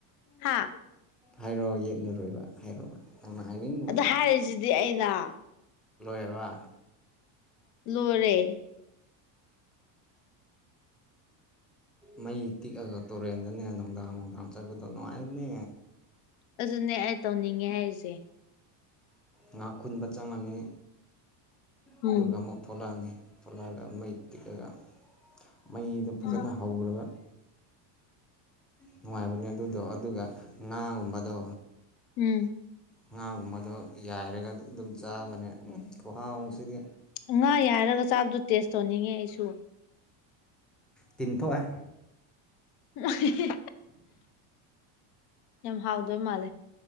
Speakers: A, on the left; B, in the centre.
A: ꯍꯥ
B: ꯍꯥꯏꯔꯣꯑꯣ ꯌꯦꯠꯂꯔꯣꯏꯕ ꯍꯥꯏꯔꯣꯕ ꯅꯪ ꯍꯥꯏꯅꯤꯡꯡꯕꯗꯣ
A: ꯑꯗ
B: ꯂꯣꯏ
A: ꯍꯥꯏꯔꯤꯁꯤꯗꯤ ꯑꯩꯅ
B: ꯂꯣꯏꯔꯕ
A: ꯂꯣꯢꯔꯦ
B: ꯃꯩ ꯇꯤꯛꯑꯒ ꯇꯨꯔꯦꯟꯗꯅꯦ ꯅꯨꯡꯗꯥꯡ ꯅꯨꯡꯗꯥꯡ ꯆꯠꯄꯗꯣ ꯅꯨꯡꯉꯥꯏꯕꯅꯦ
A: ꯑꯗꯨꯅꯦ ꯑꯩ ꯇꯧꯅꯤꯡꯉꯦ ꯍꯥꯏꯔꯤꯁꯦ
B: ꯉꯥ ꯈꯨꯟꯕ ꯆꯪꯉꯅꯤ ꯑꯗꯨꯒ
A: ꯎꯝ
B: ꯑꯃꯨꯛ ꯊꯣꯂꯛꯑꯅꯤ ꯊꯣꯂꯛꯑꯒ ꯃꯩ ꯇꯤꯛꯑꯒ ꯃꯩꯗꯣ ꯐꯖꯅ
A: ꯎꯝ
B: ꯍꯧꯔꯒ ꯅꯨꯡꯉꯥꯏꯕꯅꯦ ꯑꯗꯨꯗꯣ ꯑꯗꯨꯒ ꯉꯥꯒꯨꯝꯕꯗꯣ
A: ꯎꯝ
B: ꯉꯥꯒꯨꯝꯕꯗꯣ ꯌꯥꯏꯔꯒ ꯑꯗꯨꯝ ꯆꯥꯕꯅꯦ ꯈꯨꯍꯥꯎꯁꯤꯗꯤ
A: ꯉꯥ ꯌꯥꯢꯔꯒ ꯆꯥꯕꯗꯨ ꯇꯦꯁ ꯇꯧꯅꯤꯡꯉꯦ ꯑꯩꯁꯨ
B: ꯇꯤꯟ ꯊꯣꯛꯌꯦ
A: ꯎ <inaudible> ꯌꯥꯝ ꯍꯥꯎꯗꯣꯏ ꯃꯥꯜꯂꯦ